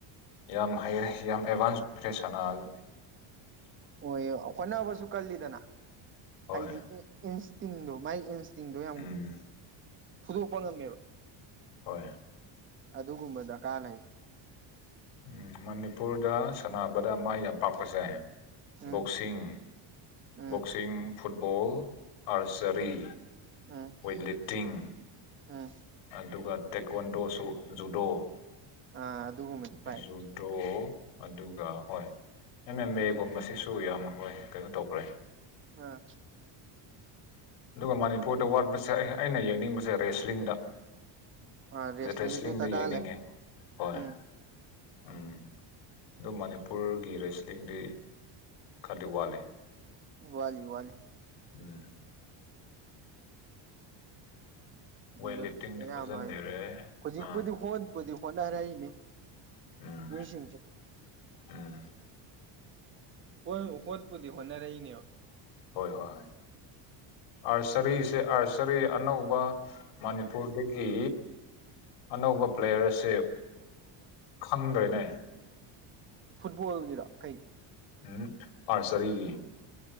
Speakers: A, on the left; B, on the right.
A: ꯌꯥꯝ ꯍꯩꯔꯦ ꯌꯥꯝ ꯑꯦꯗꯚꯥꯟꯁ ꯑꯣꯏ꯭ꯔꯦ ꯁꯥꯟꯅꯒ
B: ꯍꯣꯏ ꯍꯣꯠꯅꯕꯁꯨ ꯀꯜꯂꯤꯗꯅ
A: ꯍꯣꯏ
B: ꯍꯥꯏꯗꯤ ꯏꯟꯁꯇꯤꯡꯗꯨ ꯃꯥꯏ ꯏꯟꯁ ꯇꯤꯡꯗꯣ ꯌꯥꯝ
A: ꯎꯝ
B: ꯐꯨꯗꯣꯛꯄ ꯉꯝꯃꯦꯕ
A: ꯍꯣꯏ
B: ꯑꯗꯨꯒꯨꯝꯕꯗ ꯀꯥꯅꯩ
A: ꯎꯝ ꯃꯅꯤꯄꯨꯔꯗ ꯁꯥꯅꯕꯗ ꯃꯥꯏ ꯌꯥꯝꯄꯥꯛꯥꯄꯁꯦ
B: ꯎꯝ
A: ꯕꯣꯛꯣꯁꯤꯡ
B: ꯎꯝ
A: ꯕꯣꯛꯁꯤꯡ ꯐꯨꯠꯕꯣꯜ ꯑꯥꯔꯆꯔꯤ
B: ꯎꯝ
A: ꯋꯦꯠꯂꯤꯞꯇꯤꯡ
B: ꯎꯝ
A: ꯑꯗꯨꯒ ꯇꯦꯛꯀꯣꯟꯗꯣꯁꯨ ꯖꯨꯗꯣ
B: ꯑꯥ ꯑꯗꯨꯒꯨꯝꯕꯗꯤ ꯄꯥꯏ
A: ꯖꯨꯗꯣ ꯑꯗꯨꯒ ꯍꯣꯏ ꯑꯦꯝ ꯑꯦꯝ ꯃꯦ ꯒꯨꯝꯕꯁꯤꯁꯨ ꯌꯥꯝ ꯍꯣꯏ ꯀꯩꯅꯣ ꯇꯧꯈ꯭ꯔꯦ
B: ꯑ
A: ꯑꯗꯨꯒ ꯃꯅꯤꯄꯨꯔꯗ ꯋꯥꯠꯄꯁꯦ ꯑꯩ ꯑꯩꯅ ꯌꯦꯡꯅꯤꯡꯕꯁꯦ ꯔꯦꯁꯂꯤꯡꯗ
B: ꯑꯥ ꯔꯦꯁꯂꯤꯡꯁꯨ
A: ꯔꯦꯁꯂꯤꯡꯗ
B: ꯗꯔꯀꯥꯔ
A: ꯌꯦꯡꯅꯤꯡꯉꯦ
B: ꯂꯩ
A: ꯍꯣꯏ
B: ꯎꯝ
A: ꯅꯨꯃꯤꯠ ꯑꯗꯨ ꯃꯅꯤꯄꯨꯔꯒꯤ ꯔꯦꯁꯂꯤꯡꯗꯤ ꯈꯔꯗꯤ ꯋꯥꯠꯂꯤ
B: ꯋꯥꯂꯤ ꯋꯥꯂꯤ
A: ꯎꯝ ꯋꯦꯠ
B: ꯑꯗꯨ
A: ꯂꯤꯐꯇꯤꯡꯗꯤ
B: ꯑꯌꯥꯝꯕ
A: ꯐꯖꯅ
B: ꯍꯥꯏꯗꯤꯦ
A: ꯂꯩꯔꯦ
B: ꯍꯧꯖꯤꯛꯄꯨꯗꯤ
A: ꯑꯥ
B: ꯍꯣꯟꯕꯨꯗꯤ ꯍꯣꯠꯅꯔꯛꯏꯅꯤ
A: ꯎꯝ
B: ꯃꯤꯁꯤꯡꯁ
A: ꯎꯝ
B: ꯍꯣꯏ ꯍꯣꯠꯄꯨꯗꯤ ꯍꯣꯠꯅꯔꯛꯏꯅꯦꯕ
A: ꯍꯣꯏ ꯍꯣꯏ ꯍꯣꯏ ꯑꯥꯔꯆꯔꯤꯁꯦ ꯑꯥꯔꯆꯔꯤ ꯑꯅꯧꯕ ꯃꯅꯤꯄꯨꯔꯗꯒꯤ ꯑꯅꯧꯕ ꯄ꯭ꯂꯦꯌꯔꯁꯦ ꯈꯪꯗ꯭ꯔꯦꯅꯦ
B: ꯐꯨꯠꯕꯣꯜꯒꯤꯔꯣ ꯀꯩ
A: ꯎ ꯑꯥꯔꯁꯔꯤꯒꯤ